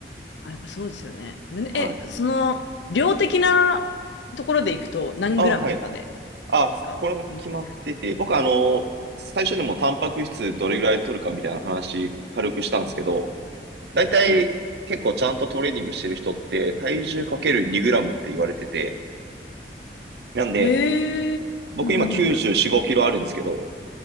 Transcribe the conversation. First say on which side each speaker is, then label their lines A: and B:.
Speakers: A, on the left; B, on the right.
A: あ、やっぱそうですよね。胸、
B: はい。
A: え、その、量的なところでいくと何グラムとかでで
B: あ、はい。あ、
A: すか胸肉。
B: これも決まってて、僕あの、最初にもタンパク質どれぐらい取るかみたいな話軽くしたんですけど、大体結構ちゃんとトレーニングしてる人って体重かける2グラムって言われてて、
A: はい。
B: なんで、
A: へえ。
B: 僕今94、
A: ふんふんふんふん
B: 5キロあるんですけど、